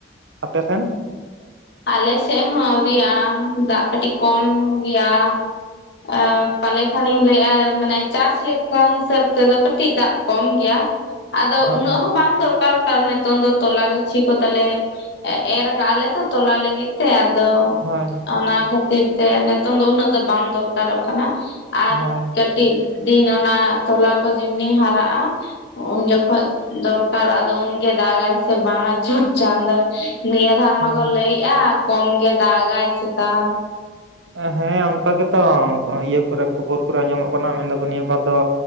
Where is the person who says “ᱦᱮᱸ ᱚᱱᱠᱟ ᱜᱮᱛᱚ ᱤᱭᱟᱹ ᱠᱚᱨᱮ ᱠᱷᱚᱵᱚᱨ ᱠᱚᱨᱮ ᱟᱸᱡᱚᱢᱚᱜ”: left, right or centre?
Right